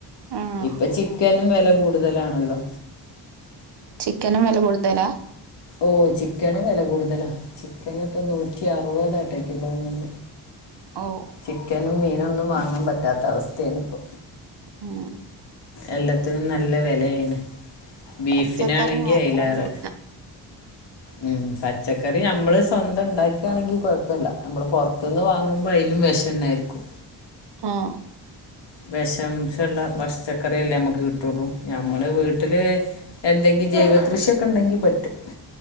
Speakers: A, on the right; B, on the left.
A: ആഹ്
B: ഇപ്പം ചിക്കനും വെല കൂടുതലാണല്ലോ.
A: ചിക്കന് വെല കൂടുതലാ?
B: ഓ ചിക്കനും വെല കൂടുതലാ ചിക്കൻ ഇപ്പം നൂറ്റി അറുപതായിക്ക കിലോന്ന്.
A: ഓഹ്.
B: ചിക്കനും മീനൊന്നും വാങ്ങാൻ പറ്റാത്ത അവസ്ഥയാണിപ്പൊ.
A: ഉം
B: എല്ലത്തിനും നല്ല വെലേണ്. ബീഫിനാണെങ്കി
A: പച്ചക്കറി മാത്രം
B: അയിലേറെ.
A: കൂട്ടാ
B: ഉം പച്ചക്കറി ഞമ്മള് സ്വന്തം ഇണ്ടാക്കാണെങ്കിൽ കൊഴപ്പില്ല്യ. നമ്മള് പൊറ പൊർത്ത്ന്ന് വാങ്ങുമ്പോ അയ്ലും വെഷന്നായിരിക്കും.
A: ആഹ്
B: വെശാംശള്ള പശ്ച്ക്കറിയല്ലേ നമുക്ക് കിട്ടൊള്ളൂ. ഞമ്മള് വീട്ടില് എന്തെങ്കിലും ജൈവകൃഷിയൊക്കെ ഉണ്ടെങ്കി പറ്റും.